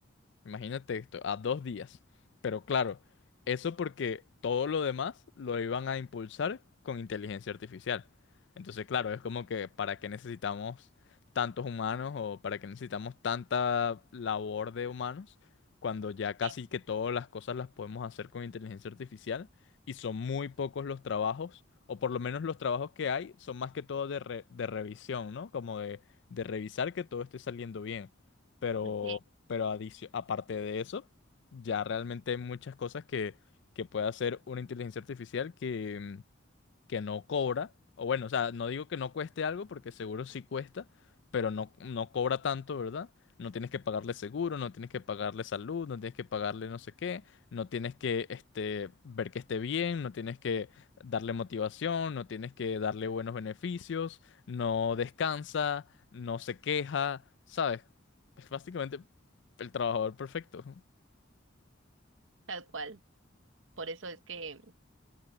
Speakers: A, on the left (about 60°); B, on the right (about 70°).
A: Imagínate esto, a dos días. Pero claro, eso porque todo lo demás lo iban a impulsar con inteligencia artificial. Entonces, claro, es como que ¿para qué necesitamos tantos humanos o para qué necesitamos tanta labor de humanos cuando ya
B: Sí.
A: casi que todas las cosas las podemos hacer con inteligencia artificial y son muy pocos los trabajos, o por lo menos los trabajos que hay son más que todo de, re- de revisión, ¿no? Como de, de revisar que todo esté saliendo bien pero,
B: sí,
A: pero adicio- aparte de eso, ya realmente hay muchas cosas que, que puede hacer una inteligencia artificial que, que no cobra, o bueno, o sea, no digo que no cueste algo porque seguro sí cuesta, pero no, no cobra tanto, ¿verdad? No tienes que pagarle seguro, no tienes que pagarle salud, no tienes que pagarle no sé qué, no tienes que este, ver que esté bien, no tienes que darle motivación, no tienes que darle buenos beneficios, no descansa, no se queja, ¿sabes? Es básicamente el trabajador perfecto.
B: tal cual. Por eso es que,